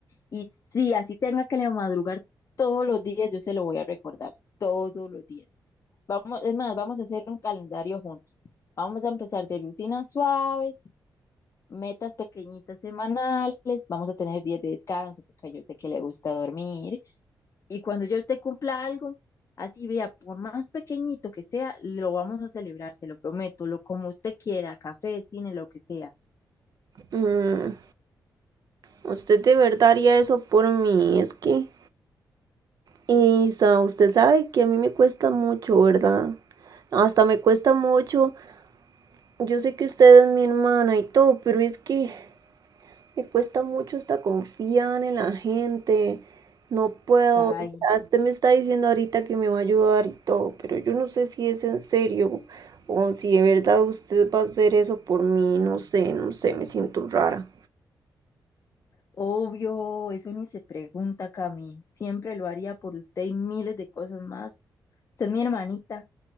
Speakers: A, on the left (about 40°); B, on the right (about 55°).
A: Y sí, así tenga que le madrugar todos los días, yo se lo voy a recordar todos los días. Vamos, es más, vamos a hacer un calendario juntos. Vamos a empezar de rutinas suaves, metas pequeñitas semanales, vamos a tener días de descanso, porque yo sé que le gusta dormir, y cuando yo usted cumpla algo, así vea, por más pequeñito que sea, lo vamos a celebrar, se lo prometo, lo como usted quiera, café, cine, lo que sea.
B: Mm, usted de verdad haría eso por mí, es que... Y Isa, usted sabe que a mí me cuesta mucho, ¿verdad? Hasta me cuesta mucho. Yo sé que usted es mi hermana y todo, pero es que me cuesta mucho hasta confiar en la gente. No puedo.
A: Ay,
B: O sea, usted me está diciendo ahorita que me va a ayudar y todo, pero yo no sé si es en serio o si de verdad usted va a hacer eso por mí. No sé, no sé, me siento rara.
A: obvio, eso ni se pregunta, Cami, siempre lo haría por usted y miles de cosas más. Usted es mi hermanita,